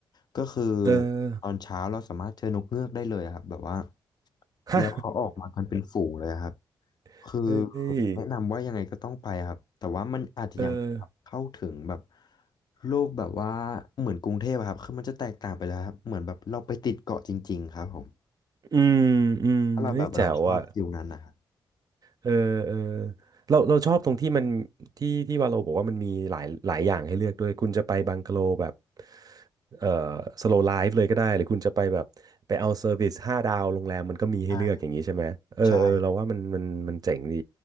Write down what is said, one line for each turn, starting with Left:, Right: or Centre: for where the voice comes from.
Left: ก็คือ
Right: เออ
Left: ตอนเช้าเราสามารถเจอนกเงือกได้เลยอะครับแบบว่า
Right: ฮะ
Left: แล้วเขาออกมากันเป็นฝูงเลยอะครับ
Right: <laughs>
Left: คือ
Right: เฮ้ย
Left: แนะนำว่ายังไงก็ต้องไปครับแต่ว่ามันอาจจะยังไม่ได้เข้าถึงแบบ
Right: เออ
Left: โลกแบบว่าเหมือนกรุงเทพอะครับคือมันจะแตกต่างไปแล้วครับเหมือนแบบเราไปติดเกาะจริงๆครับผม
Right: อืมอืมเฮ้ยแจ๋วอ่ะ
Left: ถ้าเราแบบเราชอบฟิลนั้นนะครับ
Right: เออเออเราเราชอบตรงที่มันที่ที่วาโลบอกว่ามันมีหลายหลายอย่างให้เลือกด้วยคุณจะไปบังกะโลแบบเออสโลว์ไลฟ์เลยก็ได้หรือคุณจะไปแบบไปเอาเซอร์วิสห้าดาวโรงแรมมันก็มีให้เลือกอย่างนี้ใช่ไหมเออเออเราว่ามันมันมันเจ๋งดี
Left: ใช่ใช่ครับ